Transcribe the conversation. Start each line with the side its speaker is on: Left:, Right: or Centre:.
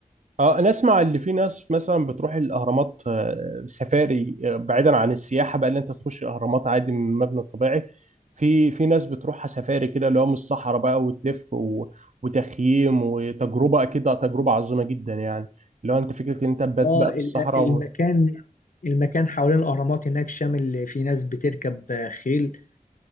Right: اه انا اسمع اللي في ناس مثلا بتروح الاهرامات آه، سفاري آه، بعيدا عن السياحه بقى اللي انت تخش الاهرامات عادي من المبنى الطبيعي في في ناس بتروحها سفاري كده اللي هو من الصحراء بقى وتلف و... وتخييم وتجربه اكيد تجربه عظيمه جدا يعني اللي هو انت فكره ان انت تبات
Left: اه
Right: بقى
Left: ال-
Right: في الصحراء
Left: المكان
Right: و...
Left: المكان حوالين الاهرامات هناك شامل في ناس بتركب خيل